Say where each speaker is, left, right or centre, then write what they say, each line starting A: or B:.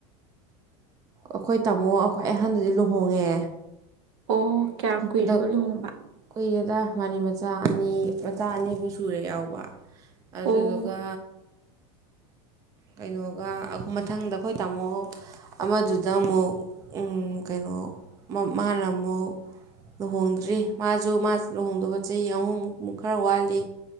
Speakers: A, on the right; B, on the right.
A: ꯑꯈꯣꯏ ꯇꯥꯃꯣ ꯑ ꯈ꯭ꯋꯥꯏ ꯑꯍꯟꯗꯨꯗꯤ ꯂꯨꯍꯣꯡꯉꯦ꯫
B: ꯑꯣ ꯀꯌꯥꯝ ꯀꯨꯏꯔꯕ
A: ꯑꯗꯣ
B: ꯂꯨꯍꯣꯡꯕ
A: ꯀꯨꯏꯔꯦꯗ ꯃꯥꯗꯤ ꯃꯆꯥ ꯑꯅꯤ ꯃꯆꯥ ꯑꯅꯤ ꯅꯤ ꯁꯨꯔꯦ ꯌꯥꯎꯕ ꯑꯗꯨꯗꯨꯒ
B: ꯑꯣ
A: ꯀꯩꯅꯣꯒ ꯑꯛ ꯃꯊꯪꯗ ꯑꯩꯈꯣꯏ ꯇꯥꯃꯣ ꯑꯃꯗꯨꯗ ꯑꯃꯨꯛ ꯎꯝ ꯀꯩꯅꯣ ꯃꯥ ꯃꯥꯅ ꯑꯃꯨꯛ ꯂꯨꯍꯣꯡꯗ꯭ꯔꯤ ꯃꯥꯁꯨ ꯃꯥ ꯂꯨꯍꯣꯡꯗꯧꯕ ꯆꯍꯤ ꯑꯍꯨꯝꯃꯨꯛ ꯈꯔ ꯋꯥꯠꯂꯤ